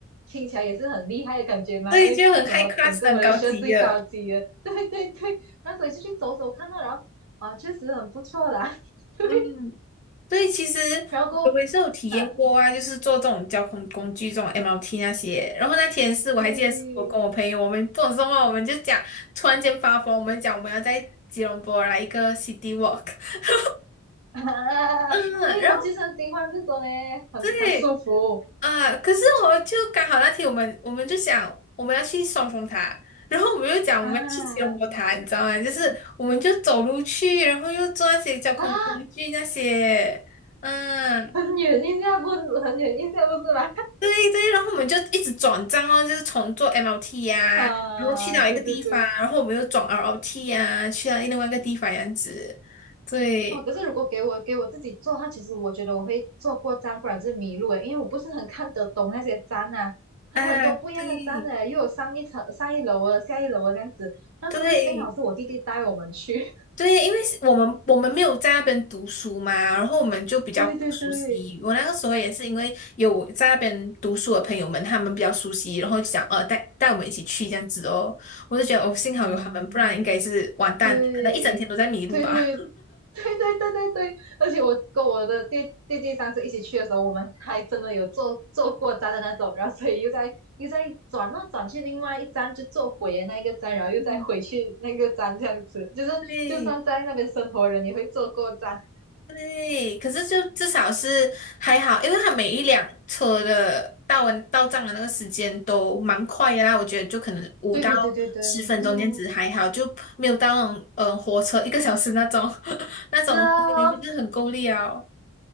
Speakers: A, on the right; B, on the left.
A: 听起来也是很厉害的感觉嘛，
B: 对，
A: 因为怎么整个马来西亚最高级的，
B: 就很 high class 的很高级了。
A: <laughs> 对对对。然后所以就去走走看到，然后啊，确实很不错啦，<laughs> 对。
B: 嗯，对，其实我我也是有体验过啊，
A: 然后过后啊，
B: 就是坐这种交通工具，这种 MRT 那些。然后那天是我还记得，
A: 对
B: 是我跟我朋友，我们不懂什么，我们就讲，突然间发疯，我们讲我们要在吉隆坡来一个 city walk。<laughs>
A: 啊，<laughs>
B: 嗯，
A: 诶，
B: 然后
A: 我其实很喜欢这种哎，很很舒服
B: 对，啊，可是我就刚好那天我们我们就想我们要去双峰塔，然后我们又讲我们要去吉隆坡塔，
A: 啊
B: 你知道吗？就是我们就走路去，然后又坐那些交通工具那些，
A: 啊，
B: 嗯，
A: <laughs> 很远一下不很远一下不是吗？
B: 对对，然后我们就一直转站哦，就是从坐 MRT 呀、
A: 啊，
B: 然后去到一个地方，
A: 对对对，
B: 然后我们又转 l O t 呀、去到另外一个地方这样子，对
A: 哦，可是如果给我给我自己做的话，其实我觉得我会做过站，不然就是迷路诶，因为我不是很看得懂那些站啊，他们很多不一样的站的，
B: 啊，对
A: 又有上一层、上一楼的、下一楼的这样子。那时候是幸好是我弟弟带我们去，
B: 对。对，因为是我们我们没有在那边读书嘛，然后我们就比较不熟悉。
A: <laughs> 对对对，
B: 我那个时候也是因为有在那边读书的朋友们，他们比较熟悉，然后就想呃带带我们一起去这样子哦。我就觉得哦，幸好有他们，
A: 嗯。
B: 不然应该是完蛋，
A: 对，
B: 可能一整天都在迷路吧。
A: 对对对对对对对对，而且我跟我的弟弟弟上次一起去的时候，我们还真的有坐坐过站的那种，然后所以又在又在转那转去另外一站，就坐回的那一个站，然后又再回去那个站，
B: 嗯，
A: 这样子，就是就算在那边生活的人也会坐过站。
B: 对。对，可是就至少是还好，因为它每一辆车的到完到账的那个时间都蛮快的啦，我觉得就可能五到
A: 对对对对对对啊，
B: 十分钟这样子还好，就没有到那种嗯、呃火车一个小时那种 <laughs> 那种，
A: 是哦，
B: 我觉得就是很够力哦。